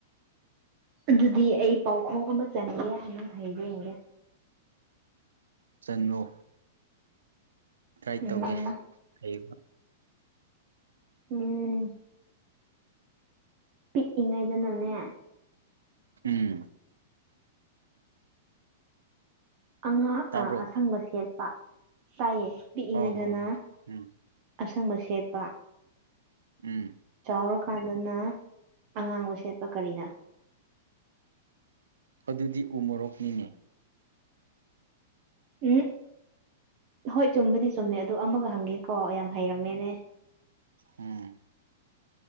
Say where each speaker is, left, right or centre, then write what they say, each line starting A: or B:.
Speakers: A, on the right (about 40°); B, on the right (about 70°).
A: ꯑꯗꯨꯗꯤ ꯑꯩ ꯄꯥꯎꯈꯣꯡ ꯑꯃ ꯆꯟꯒꯦ ꯅꯪ ꯍꯪꯕ꯭ꯔꯥ ꯌꯦꯡꯒꯦ
B: ꯆꯜꯂꯣ ꯇ꯭ꯔꯥꯏ
A: ꯎꯝ
B: ꯇꯧꯒꯦ ꯍꯩꯕ
A: ꯎꯝ ꯄꯤꯛꯏꯉꯩꯗꯅꯅꯦ
B: ꯎꯝ
A: ꯑꯉꯥ
B: ꯇꯥꯕ꯭ꯔꯣ
A: ꯑꯁꯪꯕ ꯁꯦꯠꯄ ꯇꯥꯏꯌꯦ ꯄꯤꯛꯏꯉꯩꯗꯅ
B: ꯍꯣꯏ ꯍꯣꯏ ꯍꯣꯏ ꯎꯝ
A: ꯑꯁꯪꯕ ꯁꯦꯠꯄ
B: ꯎꯝ
A: ꯆꯥꯎꯔꯀꯥꯟꯗꯅ ꯑꯉꯥꯡꯕ ꯁꯦꯠꯄ ꯀꯔꯤꯅꯣ
B: ꯑꯗꯨꯗꯤ ꯎꯃꯣꯔꯣꯛꯅꯤꯅꯦ
A: ꯎꯝ ꯍꯣꯏ ꯆꯨꯝꯕꯗꯤ ꯆꯨꯝꯃꯦ ꯑꯗꯣ ꯑꯃꯒ ꯍꯪꯒꯦ ꯀꯣ ꯌꯥꯝ ꯍꯩꯔꯝꯃꯦꯅꯦ
B: ꯎꯝ